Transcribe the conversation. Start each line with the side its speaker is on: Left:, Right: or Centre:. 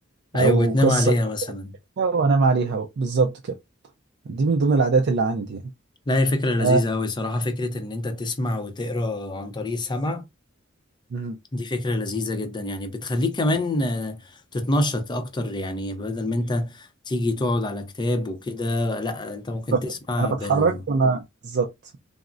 Left: ايوه
Right: او
Left: وتنام
Right: قصة
Left: عليها مثلا
Right: كده وانام عليها بالظبط كده دي من ضمن العادات اللي عندي يعني
Left: لا هي فكره لذيذه
Right: آه
Left: قوي صراحه فكره ان انت تسمع وتقرا عن طريق السمع
Right: مهم.
Left: دي فكره لذيذه جدا يعني بتخليك كمان آه، تتنشط اكتر يعني بدل ما انت تيجي تقعد على كتاب وكده لا انت ممكن
Right: بالظبط.
Left: تسمع
Right: انا بتحرك
Left: بال...
Right: وانا بالظبط